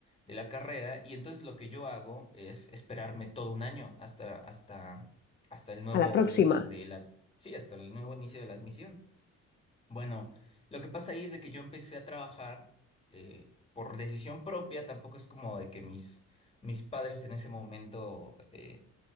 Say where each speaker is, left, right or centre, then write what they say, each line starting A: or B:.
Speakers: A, on the left; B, on the left.
A: de la carrera y entonces lo que yo hago es esperarme todo un año hasta, hasta, hasta el nuevo
B: A la próxima.
A: inicio de la, sí, hasta el nuevo inicio de la admisión. Bueno, lo que pasa ahí es de que yo empecé a trabajar eh, por decisión propia, tampoco es como de que mis, mis padres en ese momento eh,